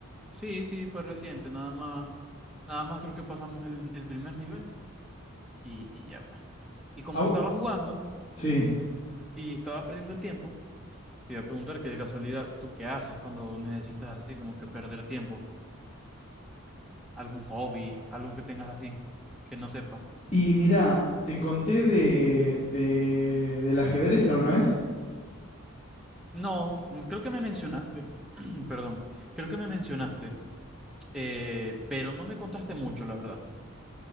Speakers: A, in the centre; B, on the left.
A: Sí, sí, fue reciente, nada más, nada más creo que pasamos el, el primer nivel y, y ya pues. Y como
B: Ah, vo-
A: estaba jugando
B: sí.
A: y estaba perdiendo el tiempo, te iba a preguntar que de casualidad, ¿tú qué haces cuando necesitas así como que perder tiempo? ¿Algún hobby, algo que tengas así, que no sepa?
B: Y mirá, te conté de, de, del ajedrez alguna vez.
A: No, m- creo que me mencionaste, <clears throat> perdón, creo que me mencionaste, eh, pero no me contaste mucho, la verdad.